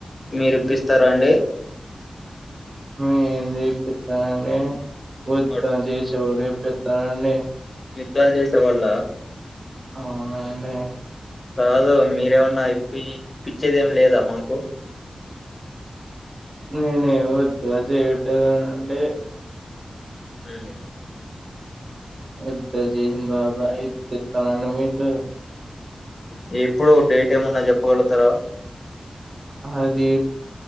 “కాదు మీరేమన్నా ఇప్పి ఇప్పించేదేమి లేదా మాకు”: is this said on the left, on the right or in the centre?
Left